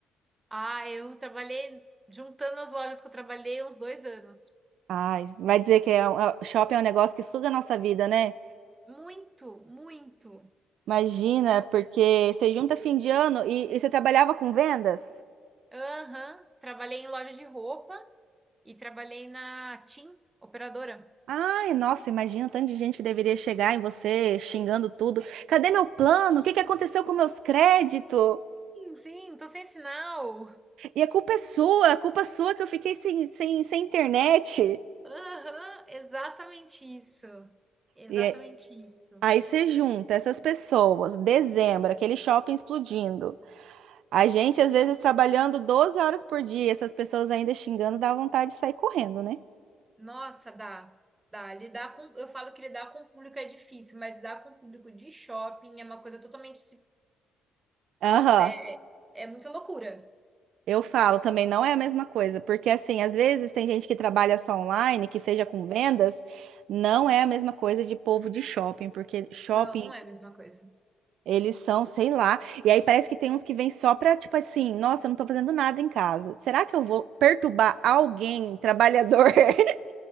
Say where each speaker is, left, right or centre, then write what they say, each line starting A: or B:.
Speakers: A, on the right; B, on the right.
A: Ah, eu trabalhei juntando as lojas que eu trabalhei uns dois anos.
B: Ai, vai dizer que é um- é- shopping é um negócio que suga a nossa vida, né?
A: Muito, muito.
B: Imagina,
A: Nossa.
B: porque você junta fim de ano e, e você trabalhava com vendas?
A: Aham. Trabalhei em loja de roupa e trabalhei na TIM, operadora.
B: Ai, nossa, imagina o tanto de gente que deveria chegar em você xingando tudo. Cadê meu plano? O que que aconteceu com meus créditos?
A: Sim, tô sem sinal.
B: E a culpa é sua, a culpa é sua que eu fiquei sem, sem, sem internet.
A: Aham, exatamente isso. Exatamente
B: E é-
A: isso.
B: aí você junta essas pessoas, dezembro, aquele shopping explodindo. A gente, às vezes, trabalhando 12 horas por dia, essas pessoas ainda xingando, dá vontade de sair correndo, né?
A: Nossa, dá. Dá. Lidar com. Eu falo que lidar com o público é difícil, mas lidar com o público de shopping é uma coisa totalmente.
B: Aham.
A: Nossa, é, é muita loucura.
B: Eu falo também, não é a mesma coisa, porque assim, às vezes tem gente que trabalha só online, que seja com vendas, não é a mesma coisa de povo de shopping, porque shopping
A: Não, não é a mesma coisa.
B: eles são, sei lá, e aí parece que tem uns que vêm só pra, tipo assim, nossa, eu não tô fazendo nada em casa. Será que eu vou perturbar alguém, trabalhador? <laughs>